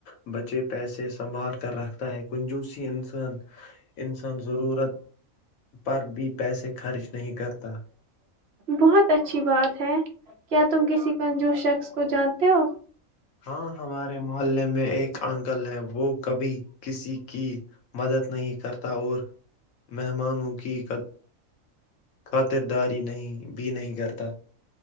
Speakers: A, on the left; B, on the right.
A: <unintelligible> بچے پیسے سے سنبھال کر رکھتا ہے کنجوسی انسان ضرورت پر بھی پیسے کے خار نہیں کرتا
B: بہت اچھی بات ہے کیا تم کسی کنجوش شخص کو جانتے ہو
A: ہاں ہمارے محلے میں میں ایک انکل ہے وہ کبھی کسی کی مدد نہیں کرتا اور مہمانوں کی خاطرداری بھی نہیں کرتا